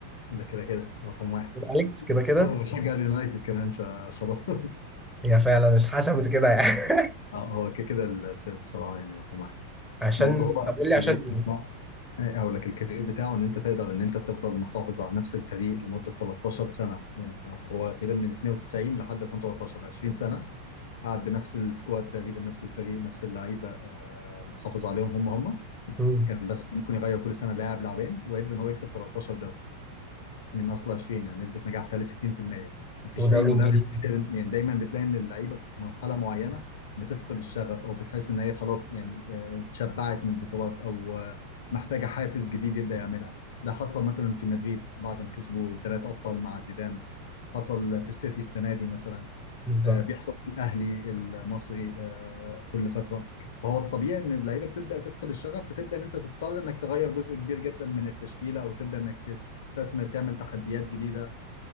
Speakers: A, on the left; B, in the centre.
A: ده كده كده رقم واحد
B: اليكس كده
A: <laughs>
B: كده
A: انا بشجع اليونايتد كمان فخلاص
B: هي فعلا اتحسمت كده يعني <laughs>
A: آه، هو كده كده السير بصراحه يعني رقم واحد
B: عشان
A: برضه هو
B: طب قول
A: الكارير
B: لي عشان ايه
A: بتاع إيه، اقول لك الكارير بتاعه ان انت تقدر ان انت تفضل محافظ على نفس الفريق لمده 13 سنه يعني هو تقريبا من 92 لحد 2013 20 سنه قعد بنفس السكواد تقريبا نفس الفريق نفس اللعيبه آه، محافظ عليهم هم هم
B: مم.
A: كان بس ممكن يغير كل سنه لاعب لاعبين وقدر ان هو يكسب 13 دوري من اصل 20 نسبه نجاح بتاعي 60% مفيش
B: ودوري
A: اي مدرب
B: انجليزي
A: قدر- يعني دايما بتلاقي ان اللعيبه في مرحله معينه بتفقد الشغف او بتحس ان هي خلاص يعني آه، اتشبعت من البطولات او آه، محتاجه حافز جديد يبدا يعملها ده حصل مثلا في مدريد بعد ما كسبوا ثلاثه ابطال مع زيدان حصل في السيتي السنه دي مثلا
B: بالظبط
A: آه، بيحصل في الاهلي المصري آه، كل فتره فهو الطبيعي ان اللعيبه بتبدا تفقد الشغف فتبدا ان انت تضطر انك تغير جزء كبير جدا من التشكيله او تبدا انك تس- تستثمر تعمل تحديات جديده